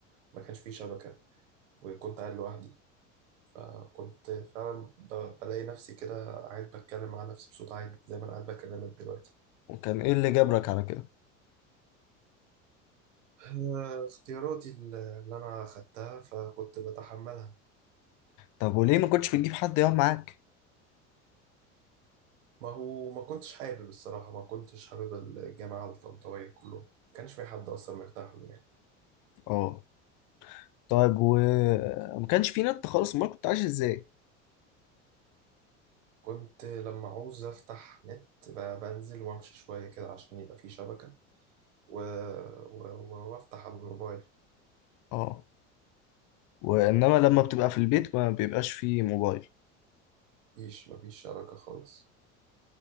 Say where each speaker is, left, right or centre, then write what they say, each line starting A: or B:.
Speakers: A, on the right (about 80°); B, on the left (about 55°).
A: ما كانش فيه شبكه وكنت قاعد لوحدي فكنت فعلا ب- بلاقي نفسي كده قاعد بتكلم مع نفسي بصوت عالي زي ما انا قاعد بكلمك دلوقتي
B: وكان ايه اللي جبرك على كده؟
A: آه، اختياراتي اللي اللي انا خدتها فكنت بتحملها
B: طب وليه ما كنتش بتجيب حد يقعد معاك؟
A: ما هو ما كنتش حابب الصراحه ما كنتش حابب الجامعه الطنطاويه كله ما كانش في حد اصلا مرتاح له يعني.
B: اه طيب و ما كانش في نت خالص امال كنت عايش ازاي؟
A: كنت لما عاوز أفتح نت ب- بنزل وأمشي شوية كده عشان يبقى في شبكة و... و... و- وأفتح على الموبايل
B: اه وانما لما بتبقى في البيت ما بيبقاش فيه موبايل
A: مفيش مفيش شبكة خالص